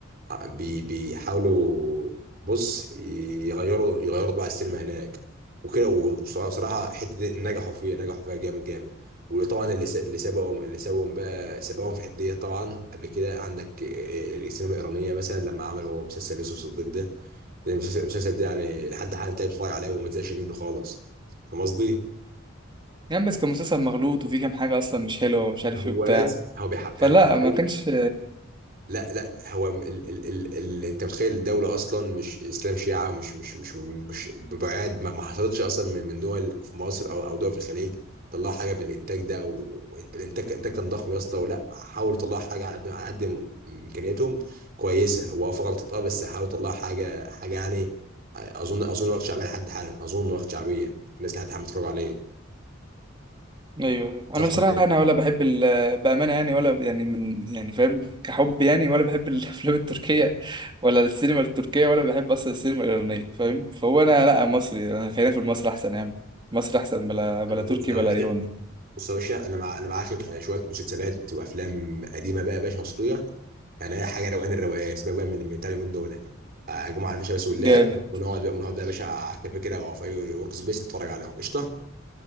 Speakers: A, on the right (about 45°); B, on the right (about 25°).
A: ع- بي بيحاولوا بص يغيروا يغيروا طباع السينما هناك وكده وصراحة الحتة دي نجحوا فيها نجحوا فيها جامد جامد وطبعا اللي س- اللي سبقهم اللي سبقهم بقى سبقهم في الحتة دي طبعا قبل كده عندك آه، السينما الإيرانية مثلا لما عملوا مسلسل يوسف صديق ده ده المسلسل المسلسل ده يعني لحد حالا انت بتتفرج عليه وما تزهقش منه خالص فاهم قصدي؟
B: يعني بس كان مسلسل مغلوط وفيه كام حاجه اصلا مش حلوه ومش عارف
A: هو
B: ايه وبتاع
A: بس هو بيحقق
B: فلا
A: يعني
B: ما كانش
A: لا لا هو ال ال ال ال انت متخيل الدولة اصلا مش اسلام شيعة مش مش مش مش ببعاد ما, ما حصلتش اصلا من من دول في مصر او او دول في الخليج طلعوا حاجة بالانتاج ده و- وانت الانتاج الانتاج كان ضخم يا اسطى ولا حاولوا يطلعوا حاجة على قد على قد امكانياتهم كويسة هو اه في غلطات اه بس حاولوا يطلعوا حاجة حاجة يعني اظن اظن واخد شعبية لحد حالا اظن واخد شعبية الناس لحد حالا بتتفرج عليه
B: ايوه انا
A: صح
B: بصراحه
A: ولا ايه؟
B: انا ولا بحب ال- بامانه يعني ولا يعني من يعني فاهم كحب يعني ولا بحب الافلام التركيه ولا السينما التركيه ولا بحب اصلا السينما الايرانيه فاهم فهو انا لا مصري انا خلينا في المصري احسن يا عم مصري احسن بلا بلا تركي
A: بص يا
B: بلا
A: باشا
B: ايراني
A: بص يا باشا انا مع انا معايا شويه آه، شويه مسلسلات وافلام قديمه بقى يا باشا مصريه يعني هي حاجه روقان الروقان سيبك بقى من من بتاع اليومين دول آه، جمعه الفيشه بس واللاب
B: جامد
A: ونقعد بقى ونقعد بقى يا باشا على كافيه كده او في اي ورك سبيس نتفرج عليهم قشطه